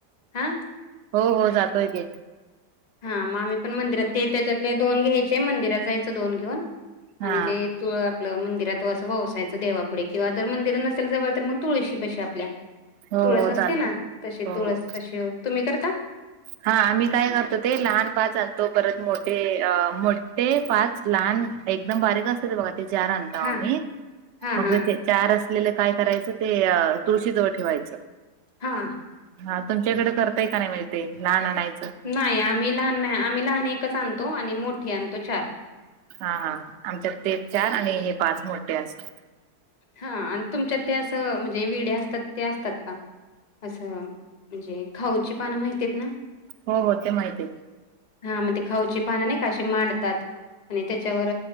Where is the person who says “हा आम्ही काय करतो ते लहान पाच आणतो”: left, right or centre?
Right